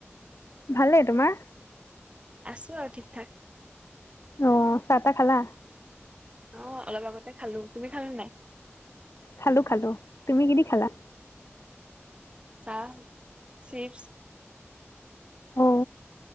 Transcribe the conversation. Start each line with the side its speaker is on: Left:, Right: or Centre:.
Left: ভালেই তোমাৰ
Right: আছো আৰু ঠিক ঠাক
Left: আহ চাহ তাহ খালা
Right: অ অলপ আগতে খালো তুমি খালা নাই।
Left: খালো খালো তুমি কি দি খালা।
Right: চাহ চিপছ।
Left: অ